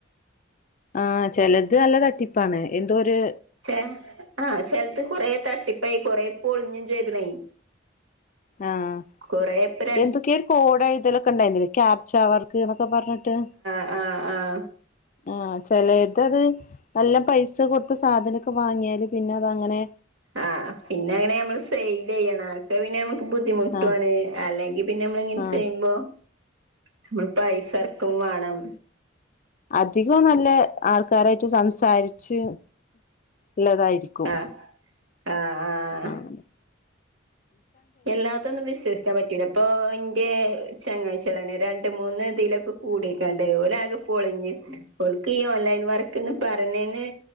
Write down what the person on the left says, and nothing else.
ആഹ് ചെലത് നല്ല തട്ടിപ്പാണ് എന്തോര്
ആഹ്
എന്തെക്കേ ഒര് കോടെഴുതലൊക്കെണ്ടായിര്ന്നില്ലേ ക്യാപ്ച്ച വർക്ക്ന്നൊക്കെ പർഞ്ഞിട്ട്
ആഹ് ചെലോര്തത് നല്ല പൈസ കൊട്ത്ത് സാധനൊക്കെ വാങ്ങിയാല് പിന്നതങ്ങനെ
ആഹ്
ആഹ്
അധികോം നല്ല ആൾക്കാരായിട്ട് സംസാരിച്ച് ഇള്ളതായിരി ക്കും
ആണല്ലേ